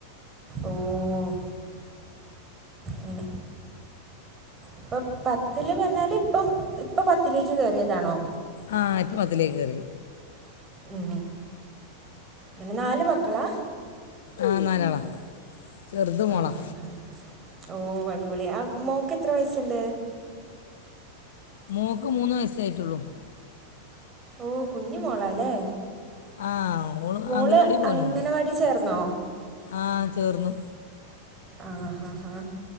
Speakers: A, on the right; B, on the left.
A: ഓഹ് ഉം ഇപ്പൊ പത്തില്ല് പഞ്ഞാല് ഇപ്പ ഇപ്പൊ പത്തിലേക്ക് കയറിയതാണോ
B: ആഹ് ആത് പത്തിലേക്ക് കറിയ
A: ഉം ങ്ങനെ നാല് മക്കളാ
B: ആ നാലാളാ ചെറുത് മോളാ
A: ആഹ് ഓ ഹ് അടിപൊളി ആ മോക്ക് എത്ര വയസ്സുണ്ട്
B: മോക്ക് മൂന്ന് വയസ്സായിട്ടുള്ളൂ
A: ഓഹ് കുഞ്ഞി മോളല്ലേ
B: ആ ഓള്
A: മോള്
B: അംഗൻവാടി പോകുന്നുണ്ട്
A: അങ്ങനവാടി ചേർന്നോ
B: ആ ചേർന്നു
A: ആ ഹാ ഹാ